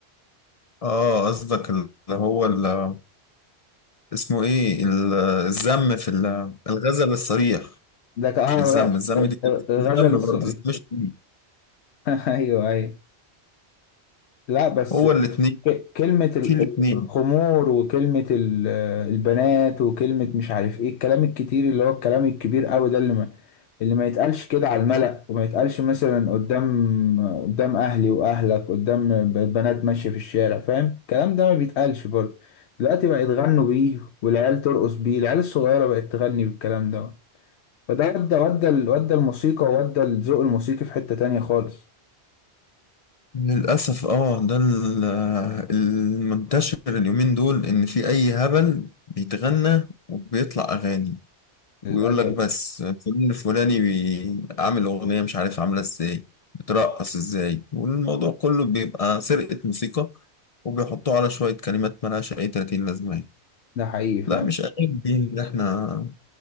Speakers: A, on the left; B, on the left.
A: آه قصدك اللي هو اللي اسمه إيه ال- الذم في ال- الغزل الصريح
B: ده كان
A: مش
B: آه،
A: الذم الذم دي
B: غ- غزل
A: الذم
B: السؤال
A: برضه الذم مش كتير.
B: <laughs> ايوه ايوه لا بس
A: هو الاتنين
B: ك- كلمة ال-
A: في الاتنين
B: ال- الخمور وكلمة ال- البنات وكلمة مش عارف ايه الكلام الكتير اللي هو الكلام الكبير قوي ده اللي ما اللي ما يتقالش كده على الملأ وما يتقالش مثلا قدام قدام اهلي واهلك قدام ب- بنات ماشية في الشارع فاهم الكلام ده ما بيتقالش برضه دلوقتي بقى يتغنوا بيه والعيال ترقص بيه العيال الصغيرة بقت تغني بالكلام ده فده ودى ودى ال- ودى الموسيقى وودى الذوق الموسيقي في حتة تانية خالص
A: للأسف اه ده ال- المنتشر اليومين دول إن في أي هبل بيتغنى وبيطلع أغاني
B: للأسف
A: ويقول لك بس فلان الفلاني بي- عامل أغنية مش عارف عاملة ازاي بترقص ازاي والموضوع كله بيبقى سرقة موسيقى وبيحطوه على شوية كلمات ملهاش أي 30 لازمة
B: ده حقيقي فعلا
A: لا مش أغاني دي إن احنا